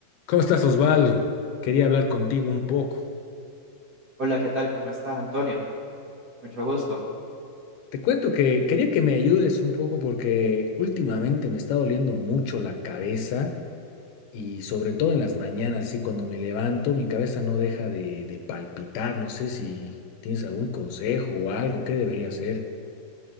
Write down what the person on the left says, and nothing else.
¿Cómo estás, Osvaldo? Quería hablar contigo un poco.
Te cuento que quería que me ayudes un poco porque últimamente me está doliendo mucho la cabeza y sobre todo en las mañanas, así cuando me levanto, mi cabeza no deja de, de palpitar. No sé si tienes algún consejo o algo, ¿qué debería hacer?